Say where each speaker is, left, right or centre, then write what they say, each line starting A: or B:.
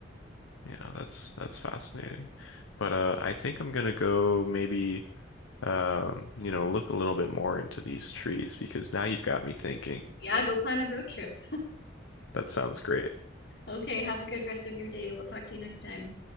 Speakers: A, on the left; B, on the left.
A: Yeah, that's that's fascinating. But uh, I think I'm gonna go maybe. um, you know, look a little bit more into these trees because now you've got me thinking.
B: Yeah. Go plan a road trip.
A: That sounds great.
B: Okay. Have a good rest of your day. We'll talk to you next time.